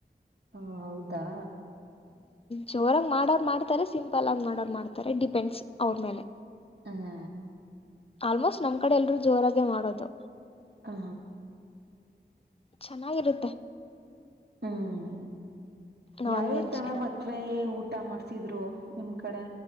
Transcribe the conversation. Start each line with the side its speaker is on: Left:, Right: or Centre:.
Right: ಹಾ ಹೌದಾ
Left: ಜೋರಂಗ್ ಮಾಡೋ ಮಾಡ್ ತರೆ ಸಿಂಪಲ್ ಆಗಿ ಮಾಡೋ ಮಾಡ್ತಾರೆ ಡಿಪೆಂಡ್ಸ್ ಅವ್ರ ಮೇಲೆ
Right: ಹ್ಮ್
Left: ಆಲ್ಮೋಸ್ಟ್ ನಮ್ ಕಡೆ ಎಲ್ರೂ ಜೋರಗೆ ಮಾಡೋದು
Right: ಹಾ
Left: ಚೆನ್ನಾಗಿರುತ್ತೆ
Right: ಹ್ಮ್
Left: ನಾನ್
Right: ಯಾವ್ಯಾವ್
Left: ವೆಜ್
Right: ತರ ಮತ್ವೆ ಊಟ ಮಾಡ್ ಸಿದ್ರು ನಿಮ್ ಕಡೆ